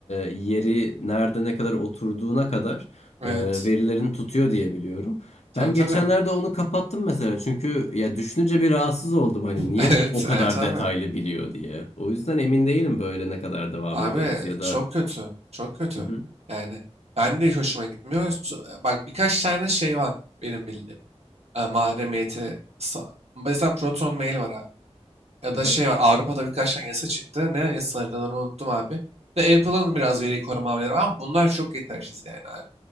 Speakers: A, on the left (about 75°); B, on the right (about 70°).
A: yeri nerede ne kadar oturduğuna kadar
B: Evet.
A: e, verilerini tutuyor diye biliyorum.
B: Tabii
A: Ben
B: tabii.
A: geçenlerde onu kapattım mesela çünkü ya düşününce bir rahatsız oldum hani niye
B: Evet,
A: o kadar
B: evet abi.
A: detaylı biliyor diye. O yüzden emin değilim böyle ne kadar devam
B: Abi
A: ederiz ya
B: çok
A: da
B: kötü. Çok kötü.
A: Hı hı.
B: Yani ben de hiç hoşuma gitmiyor. Su- e, Bak birkaç tane şey var benim bildiğim. E, mahremiyeti. sa- Mesela Proton Mail var abi. Ya
A: Hı
B: da
A: hı.
B: şey var Avrupa'da birkaç tane yasa çıktı. Ne yasaları da onu unuttum abi. Ve Apple'ın biraz veri koruma hamleleri var ama bunlar çok yetersiz yani abi.